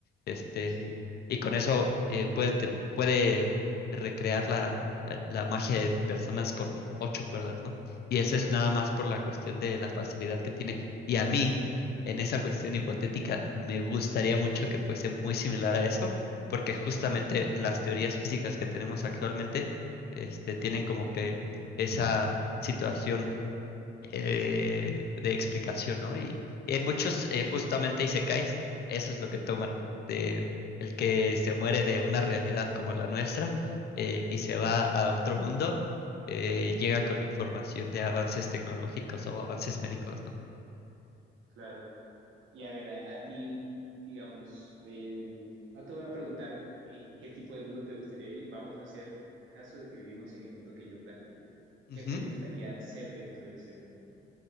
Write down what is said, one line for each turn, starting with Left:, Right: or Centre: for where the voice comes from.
Left: Este,
Right: Sí,
Left: y con eso eh, puede, ten- puede recrear la, la la magia de personas con ocho cuerdas, ¿no? Y eso es nada más por la cuestión de la facilidad que tiene. Y a mí, en esa cuestión hipotética, me gustaría mucho que fuese muy similar a eso, porque justamente las teorías físicas que tenemos actualmente, este, tienen como que esa situación eh, de explicación, ¿no? Y en muchos, eh,
Right: es
Left: justamente isekais, eso es lo que toman de el que se muere de una realidad como la nuestra eh, y se va a otro mundo, eh, llega con información de avances tecnológicos o avances médicos, ¿no?
Right: claro. Y a ver, a, a ti, digamos, eh, no te voy a preguntar en qué tipo de mundo te gustaría vivir, vamos a hacer caso de que vivimos en el mundo que yo planteé.
Left: Ujú.
Right: ¿Qué te gustaría ser dentro de ese mundo?